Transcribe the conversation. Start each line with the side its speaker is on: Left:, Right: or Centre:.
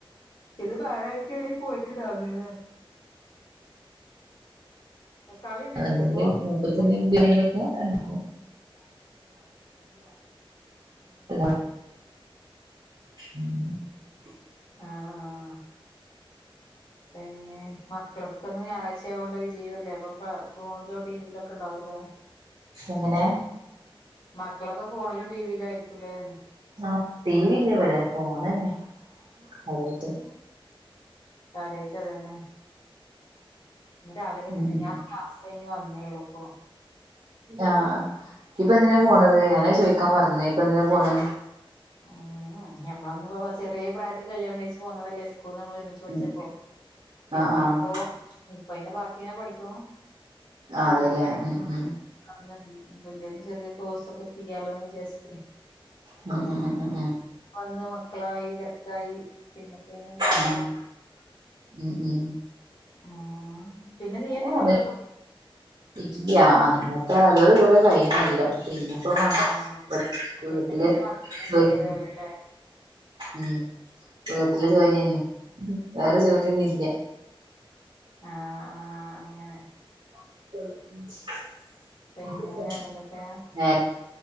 Left: ഇത് മഴായിട്ട് എവിട പോയിട്ടുണ്ടാവലേ അല്ലേ കളി ഉണ്ടായിരുന്നില്ലേ
Right: അതല്ലെങ്കിലും
Left: ഇപ്പൊ
Right: മൂപ്പർക്ക്
Left: ഫുട്ബോൾ
Right: എന്തേലും <unintelligible> എടുക്കും <unintelligible> <inaudible> <inaudible>
Left: ആഹ ആഹ പിന്നെ മക്കൾക്കൊക്കെ ഒന്ന് ഞായറാഴ്ച ആയ കൊണ്ട് ലീവല്ലേ അപ്പൊ ഫോണിലോ ടീവിയിലൊക്കെ ഉണ്ടാവൂലേ
Right: എങ്ങനെ.
Left: മക്കളൊക്കെ ഫോണിലും ടി വിയിലും ആയിരിക്കൂല്ലേ
Right: ആഹ ടി വി ഇല്ല ഇവിടെ ഫോൺന്നെ അതേറ്റ്
Left: കാര്യയിട്ട് അതന്നെ. ഇന്ന് രാവിലൊക്കെ എന്താ
Right: ഉം ഉം
Left: ഞാനിപ്പം
Right: ഉം
Left: ക്ലാസ് കഴിഞ്ഞ് വന്നേയുള്ളൂ ഇപ്പൊ.
Right: ആഹ് ഇപ്പ എന്തിനാ
Left: ഉം
Right: പോണത് ഞാനാ ചോയ്ക്കാൻ പറഞ്ഞേ ഇപ്പ എന്തിനാ പോണ
Left: ഉം ഞമ്മൊന്ന് പോ ചെറിയ പ്രായത്തിൽ കല്യാണം കഴിച്ച് പോന്നതല്ലേ <unintelligible> നമ്മ ഒരുമിച്ച് പഠിച്ചപ്പോ.
Right: ഉം
Left: പിന്നെ
Right: ആഹ് ആഹ്
Left: ഇപ്പോ ഇപ്പൊ അയിന്റെ ബാക്കി ഇങ്ങനെ പഠിക്കണു
Right: അതെല്ലേ
Left: <unintelligible>
Right: ഉം ഉം
Left: ചെറിയ കോസൊക്കെ ചെയ്യാലോന്ന് വിജാരി <unintelligible>
Right: ഉം ഉം ഉം ഉം ഉം
Left: വന്ന് മക്കളായി തിരക്കായി പിന്നെ <unintelligible>
Right: ആഹ് ഉം ഉം
Left: ഉം പിന്നെ നീ എന്തിന്
Right: ഓന്
Left: വേറ
Right: ഇല്ല അന്നത്തെ അതോടു കൂടെ കൈഞ്ഞല്ലം <unintelligible>
Left: ആഹ് പിന്നെ പക്ഷെ മക്കളെ ചെറിയതല്ലല്ലേ
Right: ഉം വീട്ടിലെ
Left: ഉം
Right: ജോലി തന്നെ വേറെ ജോലിയൊന്നുംല്ല
Left: ആഹ് ആഹ് അങ്ങനെ
Right: <unintelligible>
Left: പിന്നെ വേറെന്തൊക്കെയാ
Right: അ